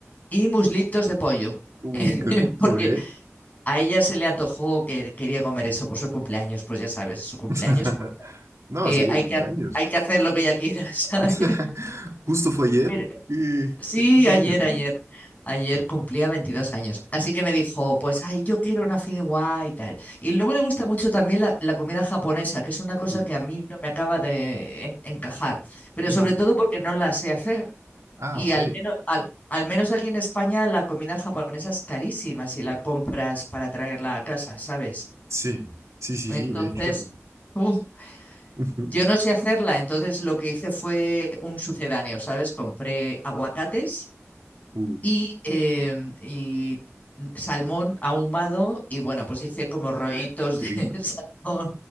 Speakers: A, on the left; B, on the right.
A: y muslitos de pollo.
B: Uh,
A: <laughs>
B: qué rico,
A: Porque
B: ¿eh?
A: a ella se le antojó que quería comer eso por su cumpleaños, pues ya sabes, su cumpleaños
B: <laughs> No,
A: eh,
B: sí,
A: hay
B: es
A: que,
B: cumpleaños.
A: ha- hay que hacer lo que ella quiera, <laughs> ¿sabes?
B: <laughs> Justo fue ayer.
A: Mira,
B: Y...
A: Sí,
B: Qué genial,
A: ayer, ayer.
B: ¿eh?
A: Ayer cumplía 22 años, así que me dijo, pues, ay, yo quiero una fideuá y tal. Y luego le gusta mucho también la, la comida japonesa, que es una cosa
B: Uh,
A: que a mí no me acaba de en- encajar, pero
B: mm.
A: sobre todo porque no la sé hacer.
B: Ah,
A: Y
B: ok.
A: al menos, al, al menos aquí en España la comida japonesa es carísima si la compras para traerla a casa, ¿sabes?
B: Sí, sí, sí,
A: Entonces,
B: sí, de hecho.
A: <laughs>
B: <laughs> Ujú.
A: Yo no sé hacerla, entonces lo que hice fue un sucedáneo, ¿sabes? Compré aguacates
B: Uh,
A: y, em, y salmón ahumado y bueno, pues hice como rollitos de
B: qué
A: <laughs>
B: rico.
A: salmón